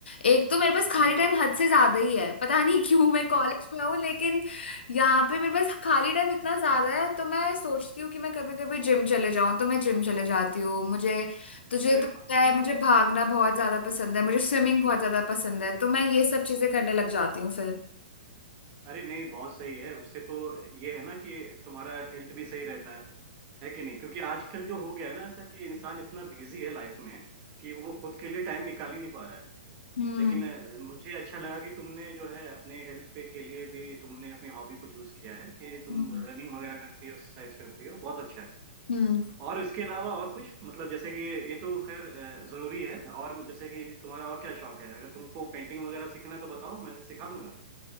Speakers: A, on the left; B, on the right.
A: एक तो मेरे पास खाली
B: हम्म
A: टाइम
B: हम्म,
A: हद से ज्यादा ही है पता नहीं <laughs> क्यों मैं कॉलेज में हूँ लेकिन यहाँ पे मेरे पास खाली टाइम इतना ज्यादा है तो मैं सोचती हूँ कि मैं कभी कभी जिम चले जाऊँ तो मैं जिम चले जाती हूँ मुझे तुझे
B: अरे
A: तो
B: वाह
A: पता है
B: हाँ
A: मुझे भागना बहुत ज्यादा पसंद है मुझे स्विमिंग बहुत ज्यादा पसंद है तो मैं ये सब चीजें करने
B: हम्म।
A: लग जाती हूँ फिर
B: अरे नहीं बहुत सही है उससे तो ये है ना कि तुम्हारा हेल्थ भी सही रहता है है कि नहीं क्योंकि आजकल जो हो गया है ना ऐसा कि इंसान इतना बिजी है लाइफ में कि वो खुद के लिए टाइम निकाल ही नहीं पा रहा है
A: हम्म
B: लेकिन अ, मुझे अच्छा लगा कि तुमने जो है अपने हेल्थ पे के लिए भी तुमने अपनी हॉबी को चूज किया है कि तुम
A: हम्म
B: रनिंग वगैरह करती हो एक्सरसाइज करती हो बहुत अच्छा है
A: हम्म
B: और इसके अलावा और कुछ मतलब जैसे कि ये तो खैर अ, जरूरी है और जैसे कि तुम्हारा और क्या शौक है अगर तुमको पेंटिंग वगैरह सीखना है तो बताओ मैं सिखा दूंगा